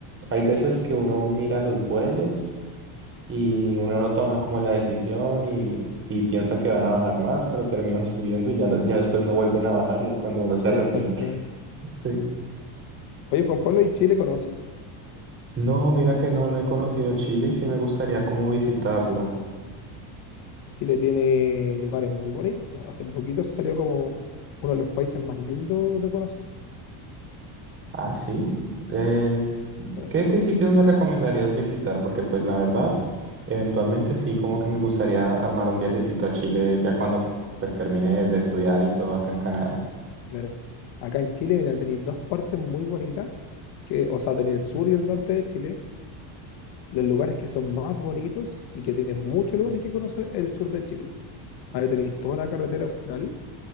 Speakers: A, on the right; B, on the left.
A: hay veces que uno mira los vuelos y uno no toma como la decisión y... Y piensa que van a bajar más, pero terminan subiendo y ya, no- ya después no vuelven a bajar y es cuando uno se arrepiente.
B: Exactamente.
A: Sí.
B: Oye, Juan Pablo, ¿y Chile conoces?
A: No, mira que no, no he conocido Chile y sí me gustaría como visitarlo.
B: Chile tiene lugares muy bonitos. po. Hace poquito salió como uno de los países más lindos de conocer.
A: Ah, sí. Eh,
B: ¿eh?
A: ¿qué, qué sitios me recomendarías visitar? Porque pues la verdad, eventualmente sí, como que me gustaría armar un viajecito a Chile ya cuando pues termine de estudiar y todo acá en Canadá.
B: Claro. Acá en Chile, mira, tenéis dos partes muy bonitas, que, o sea, tenéis el sur y el norte de Chile, los lugares que son más bonitos y que tienen muchos lugares que conocer el sur de Chile. Ahí tenéis toda la carretera austral,